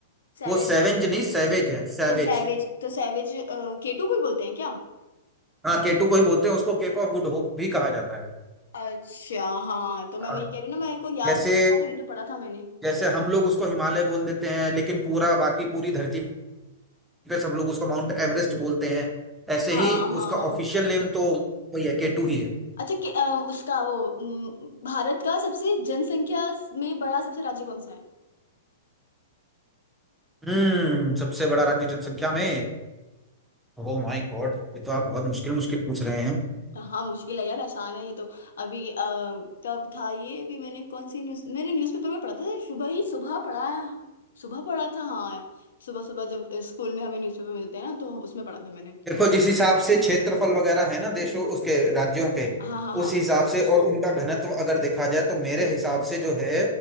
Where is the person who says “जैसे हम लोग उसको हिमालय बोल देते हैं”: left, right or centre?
Centre